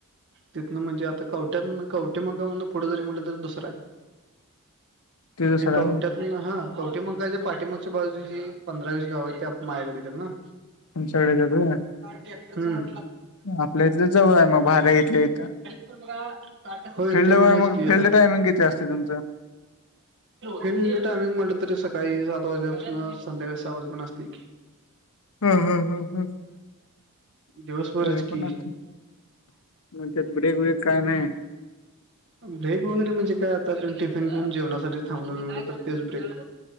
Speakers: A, on the right; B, on the left.
A: तिथनं म्हणजे आता कवठ्यात कवटे मग म्हण पुढे जरी म्हटलं तरी दुसरा आहे.
B: ते दुसरं
A: कवट्या
B: आहे
A: हा कवटीमकाच्या पाठीमागच्या बाजु जे पंधरावीस गाव आहे ते मा ह्यकडे येतातना.
B: <unintelligible>
A: हम.
B: आपल्या इथलं जवळ आहे मग भारी इथल्या इथं.
A: होय
B: फिल्ड
A: ते
B: वर
A: पण हेच
B: मग
A: की.
B: फिल्ड टायमिंग किती असते तुमचं
A: फिल्ड टायमिंग म्हटलं तरी सकाळी सात वाजल्यापासून संध्याकाळी सहा वाजे पण असते की.
B: <inaudible> हम हम हम हम
A: दिवसभरच
B: तरी पण
A: की.
B: असते. मग त्यात ब्रेक ब्रेक काय नाही
A: ब्रेक वगैरे म्हणजे काय आता. <unintelligible> जेवणासाठी थांबलेले म्हणलं तर तेच ब्रेक.